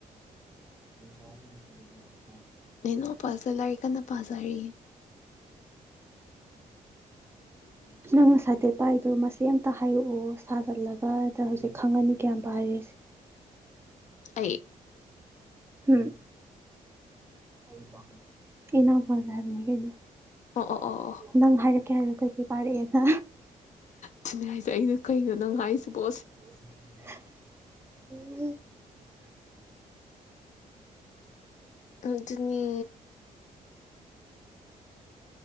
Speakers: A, on the right; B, on the left.
A: <unintelligible>
B: ꯅꯅꯣ ꯄꯥꯁꯇ ꯂꯔꯤ ꯀꯟꯅ ꯄꯖ ꯍꯥꯏꯔꯤꯌꯦ꯫
A: ꯎꯝ꫰ ꯅꯃꯣ ꯁꯥꯥꯏꯗꯦꯕ꯫ ꯏꯄꯥꯏꯗꯣ ꯃꯁ ꯑꯃꯇ ꯍꯥꯏꯔꯛꯑꯣ ꯁꯥꯖꯜꯂꯒꯗ ꯍꯧꯖꯤꯛ ꯈꯪꯉꯅꯤ ꯀꯌꯥꯝ ꯄꯥꯔꯦꯁꯦ꯫
B: ꯑꯩ꯫
A: ꯎꯝ꯫ ꯑꯩꯕꯣ꯫ ꯑꯩꯅꯧ ꯄꯥꯖꯦ ꯍꯥꯏꯕꯅꯤ ꯀꯩꯅꯣ꯫
B: ꯑꯣ ꯑꯣ ꯑꯣ ꯑꯣ
A: ꯅꯪ ꯍꯥꯏꯔꯛꯀꯦ ꯍꯥꯏꯔꯣ꯫ ꯀꯩ ꯀꯩ ꯄꯥꯥꯔꯛꯑꯦꯗ꯫
B: ꯑꯗꯨꯅꯦ ꯍꯥꯏꯁꯦ ꯑꯩꯅ
A: ꯀꯩꯅꯣ
B: ꯅꯪ
A: ꯀꯩꯅꯣ
B: ꯍꯥꯏꯁꯤꯕꯣ
A: ꯅꯡ ꯍꯥꯏꯗꯨꯕꯣ꯫ <unintelligible>
B: ꯑꯗꯨ ꯑꯗꯨꯅꯤ꯫